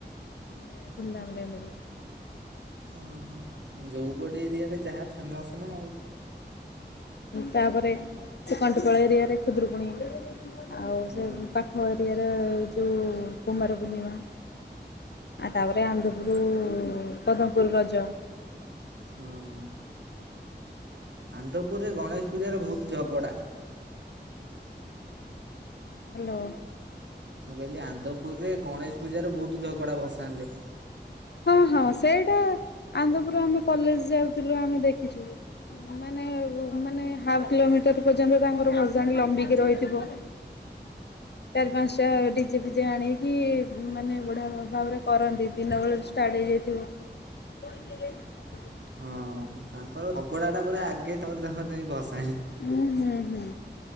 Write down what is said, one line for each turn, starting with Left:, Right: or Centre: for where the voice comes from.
Left: ମାନେ ଧୁମଧାମ ରେ ମିଳୁ।
Right: ଓ ହୋ ଯୋଉ ପଟେ ଏରିଆରେ ଯାହା ଫେମସ ନା ଆଉ।
Left: ତାପରେ ସେକଣ୍ଟପାଳ ଏରିଆରେ ଖୁଦରୁକୁୁଣୀ ଆଉ
Right: ହଁ
Left: ସେ ପାଖ ଏରିଆରେ ଏ ଯେଉଁ କୁମାର ପୂର୍ଣ୍ଣିମା। ଆଉ ତାପରେ ଆନନ୍ଦପୁର ପଦମପୁର ରଜ।
Right: ହଁ ଆନ୍ତପୁରରେ ଗଣେଶ ପୂଜାର ବହୁତ ଝଗଡ଼ା।
Left: ହ୍ୟାଲୋ
Right: ମୁଁ କହିଲି ଆନ୍ଦପୁରରେ ଗଣେଶ ପୂଜାାରେ ବହୁତ ଝଗଡା ଭସାଣିଲେ।
Left: ହଁ ହଁ ସେଇଟା ଆନ୍ଦପୁର ଆମେ କଲେଜ ଯାଉଥିଲୁ ଆମେ ଦେଖିଛୁ। ମାନେ ମାନେ ହାଫ କିଲୋମିଟର ପର୍ଯ୍ୟନ୍ତ ତାଙ୍କର ଭସାନି ଲମ୍ବିକି ରହିଥିବ। ହଁ ଚାରି ପାଞ୍ଚ ଟା ଡିଜେ ପିଜେ ଆଣିକି ମାନେ ବଢିଆ ଭାବରେ କରନ୍ତି। ଦିନବେେଳ ଷ୍ଟାର୍ଟ ହେଇଯାଇଥିବ। <inaudible>
Right: ହଁ ତାଙ୍କର ଝଗଡା ଟା ପୁରା ଆଗେ ତୋର ତାଙ୍କ ଯାଇ ବସ
Left: ହୁଁ ହୁଁ ହୁଁ।